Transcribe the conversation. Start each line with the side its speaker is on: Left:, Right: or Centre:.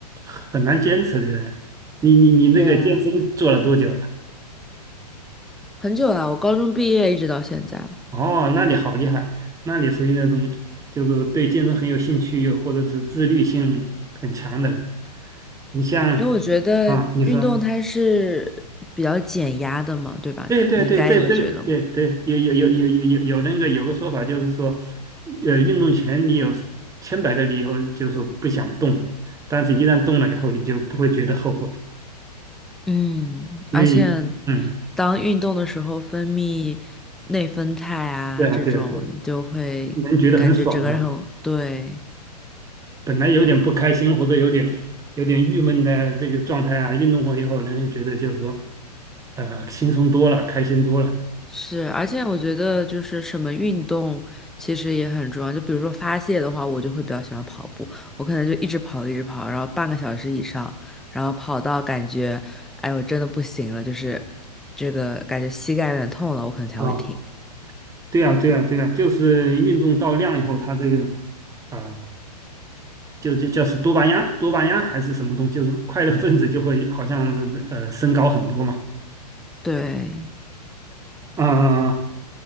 Right: 很难坚持的。你你你那个健身做了多久了？
Centre: 对啊，很久了，我高中毕业一直到现在，
Right: 哦，那你好厉害，那你属于那种就是对健身很有兴趣，或者是自律性很强的人。你像
Centre: 因为我觉得运动它是比较减压的嘛，
Right: 啊，你说
Centre: 对吧？
Right: 对对对，
Centre: 你应该也会觉得，
Right: 这这对对有有有有有有有那个有个说法就是说，呃，运动前你有千百个理由就是说不想动，但是一旦动了以后，你就不会觉得后悔，
Centre: 嗯，
Right: 因为嗯，
Centre: 而且当运动的时候分泌内啡肽啊，
Right: 对啊对啊对啊，
Centre: 这种你就会感觉整个人很，
Right: 能觉得很爽嘛。
Centre: 对，
Right: 本来有点不开心或者有点有点郁闷的这个状态啊，运动过以后，人家觉得就是说呃轻松多了，开心多了
Centre: 是，而且我觉得就是什么运动其实也很重要。就比如说发泄的话，我就会比较喜欢跑步，我可能就一直跑，一直跑，然后半个小时以上，然后跑到感觉，哎，我真的不行了，就是这个感觉膝盖有点痛了，我可能才会停。
Right: 啊。对啊对啊对啊，就是运动到量以后，它这个。啊、就就就是多巴胺多巴胺还是什么东西，就是快乐分子就会好像呃升高很多嘛。
Centre: 对，
Right: 啊、